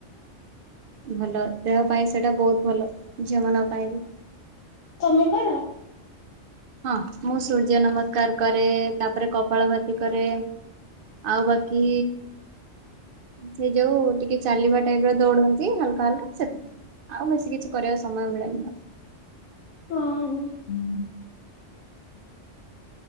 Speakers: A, on the right; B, on the left.
A: ଭଲ ଦେହ ପାଇଁ ସେଇଟା ବହୁତ ଭଲ ଝିଅ ମାନଙ୍କ ପାଇଁ ବି।
B: ତମେ କର।
A: ହଁ ମୁଁ ସୂର୍ଯ୍ୟ ନମସ୍କାର। କରେ ତାପରେ କପାଳ ଭାତି କରେ ଆଉ ବାକି। ସେ ଯୋଉ ଟିକେ ଚାଲିବା ଟାଇପ ର ଦୌଡନ୍ତି ହାଲକା ହାଲକା ସେତିକି। ଆଉ ବେଶୀ କିଛି କରିବାକୁ ସମୟ ମିଳେନି ମତ।
B: <unintelligible> ହଁ ଉଁ।